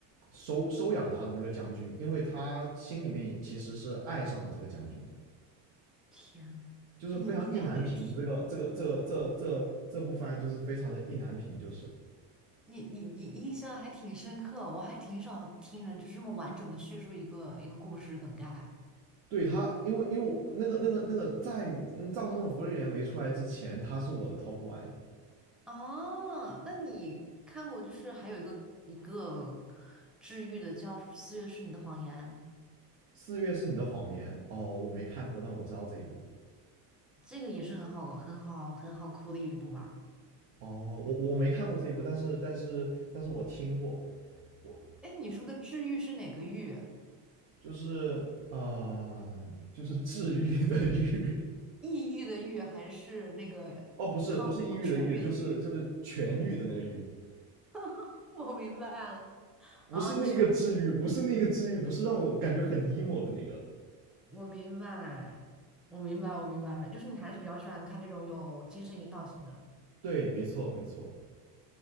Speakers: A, on the right; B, in the centre.
A: 收收养他的那个将军，因为他心里面其实是爱上了这个将军的，
B: 天呐，
A: 就是非常意难平。
B: 哎，你你讲的还挺，
A: 这个这个这这这这部番就是非常的意难平，就是。
B: 你你你印象还挺深刻，我还挺少听人就是这么完整的叙述一个一个故事梗概。
A: 对他，因为因为那个那个那个在《嗯葬送的福利莲》没出来之前，他是我的 top one，呀。
B: 哦，那你看过就是还有一个一个治愈的叫《四月是你的谎言》，
A: 四月是你的谎言哦，我没看过，但我知道这一部
B: 这个也是很好很好很好哭的一部吧？
A: 哦，我我没看过这一部，但是但是但是我听过，我
B: 哎，你说的治愈是哪个愈？
A: 就是呃就是治愈的愈
B: 抑郁的郁还是那个？
A: <laughs> 哦，不是不是抑郁的郁，
B: 痊愈的愈，
A: 就是就是痊愈的那个愈，
B: <laughs> 我明白了
A: 不是那个治愈，
B: 啊，你喜欢
A: 不是那个治愈，不是让我感觉很 emo 的那个，
B: <laughs>，我明白，我明白，我明白，就是你还是比较喜欢看那种有精神引导性的。
A: 对，没错没错，